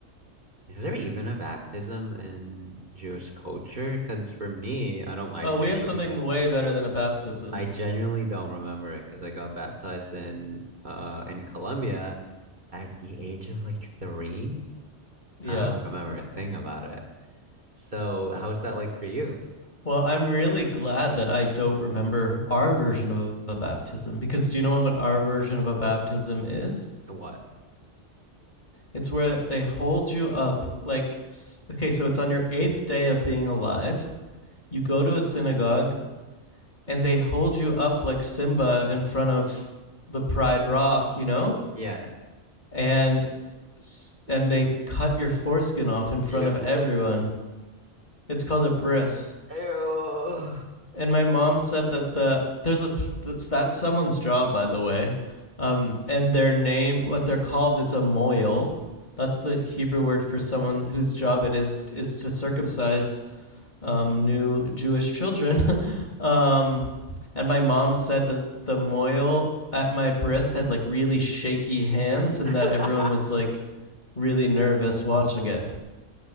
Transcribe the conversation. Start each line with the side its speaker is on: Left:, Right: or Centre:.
Right: is there even a baptism in Jewish culture? Because for me, I don't. I
Left: Oh,
Right: Um, genuinely,
Left: we have something way better than a baptism.
Right: I genuinely don't remember it because I got baptized in uh in Colombia, at the age of like three?
Left: Yeah.
Right: I don't remember a thing about it. So, how was that like for you?
Left: Well, I'm really glad that I don't remember our version of a baptism because do you know what our version of a baptism is?
Right: And what?
Left: It's where they hold you up like okay, so it's on your 8th day of being alive. You go
Right: Like,
Left: to a synagogue and they hold you up like Simba in front of the Pride Rock, you know?
Right: yeah.
Left: And and they cut your foreskin off in front
Right: Ew.
Left: of everyone. It's called a bris.
Right: Ew.
Left: and my mom said that the there's a that's someone's job by the way um and their name what they're called is a moil that's the hebrew word for someone whose job it is is to circumcise um new jewish children <laughs> um and my mom said that the moil at my bris had like really shaky hands and
Right: <laughs>
Left: that everyone was like really nervous watching it